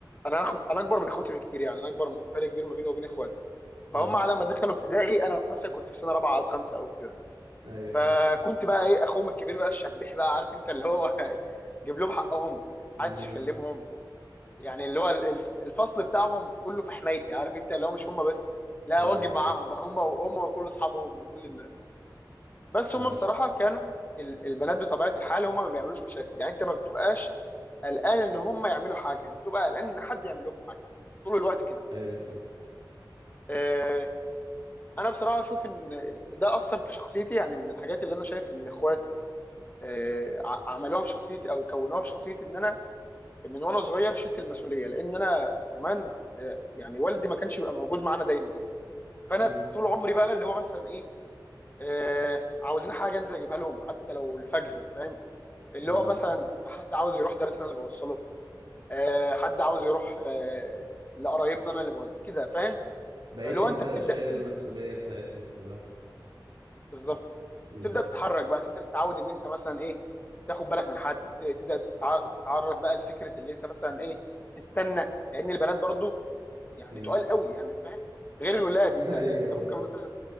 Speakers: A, on the left (about 25°); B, on the right (about 80°).
A: انا أخ- انا اكبر من اخواتي بكتير يعني انا اكبر فرق كبير ما بيني وبين اخواتي فهم
B: اه
A: على ما دخلوا ابتدائي انا مثلا كنت في سنه رابعه او خمسه او كده
B: ايوه
A: فكنت
B: حلو
A: بقى ايه اخوهم الكبير بقى الشبيح بقى عارف انت اللي هو <laughs> جيب لهم حقهم
B: امم
A: محدش يكلمهم يعني اللي هو الف- الفصل بتاعهم كله في حمايتي عارف انت اللي هو مش هم بس لا
B: ايوه
A: واجب معاهم
B: ايوه
A: بقى هم وهم وكل اصحابهم وكل الناس بس
B: امم
A: هم بصراحه كانوا ال- البنات بطبيعه الحال هم ما بيعملوش مشاكل يعني انت ما بتبقاش قلقان ان هم يعملوا حاجه انت بتبقى قلقان ان حد يعمل لهم حاجه طول الوقت كده
B: ايوه صح
A: آه، انا بصراحه اشوف ان ده اثر في شخصيتي يعني من الحاجات اللي انا شايف ان اخواتي آه، ع- عملوها في شخصيتي او كونوها في شخصيتي ان انا من وانا صغير شلت المسؤوليه لان انا كمان آه، يعني والدي ما كانش بيبقى موجود معانا دايما فانا
B: امم
A: طول عمري بقى اللي هو مثلا ايه آه، عاوزين حاجه انزل اجيبها لهم حتى لو الفجر فاهم اللي
B: اه
A: هو مثلا حد عاوز يروح درس انا اللي بوصله آه، حد عاوز يروح آه، لقرايبنا انا اللي بود كده فاهم
B: بقيت
A: فاللي هو
B: انت
A: انت بتبدا
B: شايل
A: ايه
B: المسؤولية بتاعتهم كلها
A: بالظبط
B: امم
A: تبدا تتحرك بقى تبدا تتعود ان انت مثلا ايه تاخد بالك من حد ت- تبدا تتع- تتعرض بقى لفكره اللي انت مثلا ايه تستنى لان البنات برضو يعني
B: امم
A: تقال قوي يعني فاهم غير الولاد
B: <laughs>
A: انت ال-
B: ايوه
A: انت ممكن مثلا